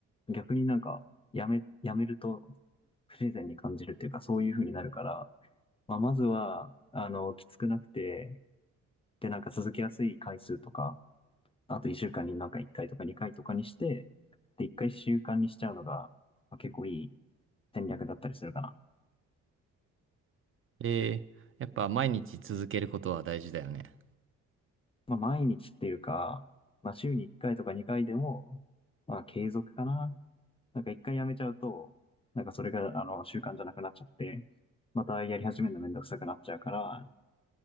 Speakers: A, on the left; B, on the right.
A: 逆になんかやめ、やめると不自然に感じるっていうかそういう風になるから、まあ、まずは、あの、きつくなくて、で、なんか続けやすい回数とか、あと1週間になんか1回とか2回とかにして、で、1回習慣にしちゃうのが、まあ、結構いい戦略だったりするかな。
B: ええ、やっぱ毎日続けることは大事だよね。
A: まあ、毎日っていうか、まあ、週に1回とか2回でも、まあ、継続かな。なんか1回やめちゃうと、なんかそれが、あの、習慣じゃなくなっちゃって、またやり始めるのめんどくさくなっちゃうから、